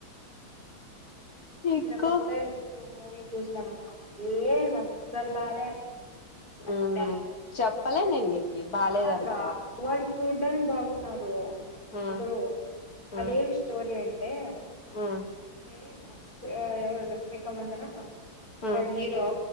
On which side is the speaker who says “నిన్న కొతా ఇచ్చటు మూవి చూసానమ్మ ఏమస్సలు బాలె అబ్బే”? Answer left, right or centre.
Left